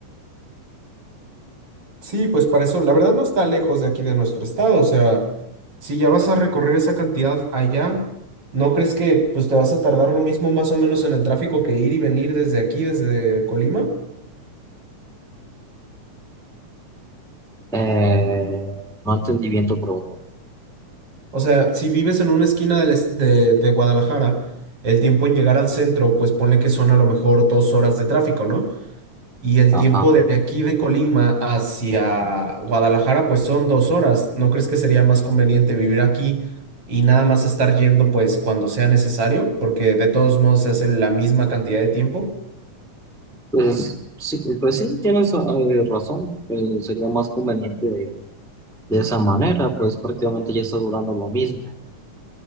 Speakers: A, on the right; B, in the centre.
A: Sí, pues para eso, la verdad no está lejos de aquí de nuestro estado, o sea, si ya vas a recorrer esa cantidad allá, ¿no crees que pues te vas a tardar lo mismo más o menos en el tráfico que ir y venir desde aquí, desde Colima?
B: Eh, no entendí bien tu pregunta.
A: O sea, si vives en una esquina del est- de, de Guadalajara, el tiempo en llegar al centro, pues ponle que son a lo mejor dos horas de tráfico, ¿no? y el
B: Ajá.
A: tiempo de aquí de Colima hacia Guadalajara, pues son dos horas. ¿No crees que sería más conveniente vivir aquí y nada más estar yendo pues cuando sea necesario? Porque de todos modos se hace la misma cantidad de tiempo.
B: Pues sí, pues sí, tienes eh, razón. Eh, sería más conveniente de, de esa manera, pues prácticamente ya está durando lo mismo.